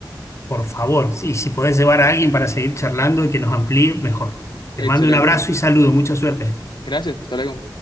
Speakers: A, on the left (about 35°); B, on the left (about 70°).
A: por favor. Sí, si podés llevar a alguien para seguir charlando y que nos amplíe, mejor. Te
B: Excelente.
A: mando un abrazo y saludo. Mucha suerte.
B: Gracias, hasta luego.